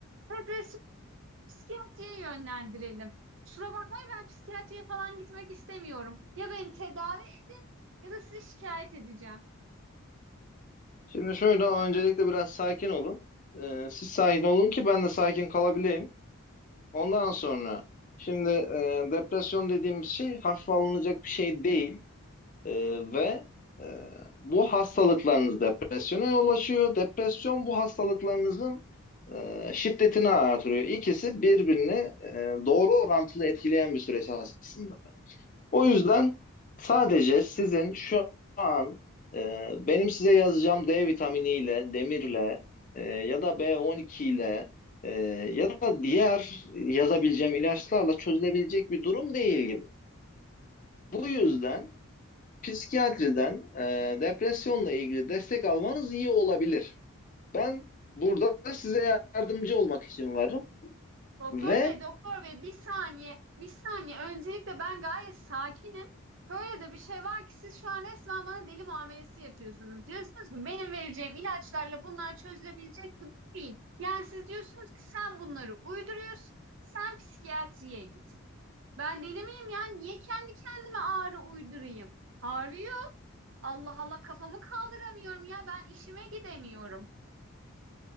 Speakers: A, on the right (about 60°); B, on the left (about 35°).
A: depresyon psikiyatriye yönlendirelim. Kusura bakmayın ben psikiyatriye falan gitmek istemiyorum. Ya beni tedavi edin ya da sizi şikayet edeceğim.
B: Şimdi şöyle öncelikle biraz sakin olun. Ee, siz sakin olun ki ben de sakin kalabileyim. Ondan sonra şimdi e, depresyon dediğimiz şey hafif alınacak bir şey değil. Ee, ve e, bu hastalıklarınız depresyona yol açıyor. Depresyon bu hastalıklarınızın e, şiddetini artırıyor. İkisi birbirini e, doğru orantılı etkileyen bir süreç aslında. O yüzden sadece sizin şu an e, benim size yazacağım D vitaminiyle, demirle e, ya da B12 ile e, ya da diğer yazabileceğim ilaçlarla çözülebilecek bir durum değil gibi. Bu yüzden psikiyatriden e, depresyonla ilgili destek almanız iyi olabilir. Ben burada size yardımcı olmak için varım
A: Doktor
B: ve
A: bey, doktor bey bir saniye, bir saniye. Öncelikle ben gayet sakinim. Kore'de bir şey var ki siz şu an resmen bana deli muamelesi yapıyorsunuz. Diyorsunuz ki benim vereceğim ilaçlarla bunlar çözülebilecek gibi değil. Yani siz diyorsunuz ki sen bunları uyduruyorsun, sen psikiyatriye git. Ben deli miyim ya? Niye kendi kendime ağrı uydurayım? Ağrıyor. Allah Allah kafamı kaldıramıyorum ya. Ben işime gidemiyorum.